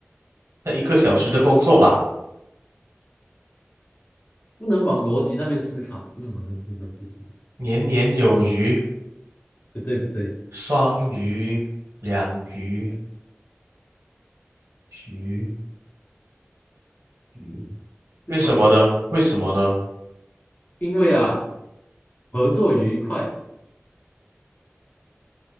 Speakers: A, on the right; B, on the left.
A: 那一个小时的工作吧，
B: 不能往逻辑那边思考，不能往那边逻辑思考，
A: 年年有余，
B: 不对不对，
A: 双鱼、两鱼、鱼鱼，为什么呢？
B: 思考一下，
A: 为什么呢？
B: 因为啊，合作愉快。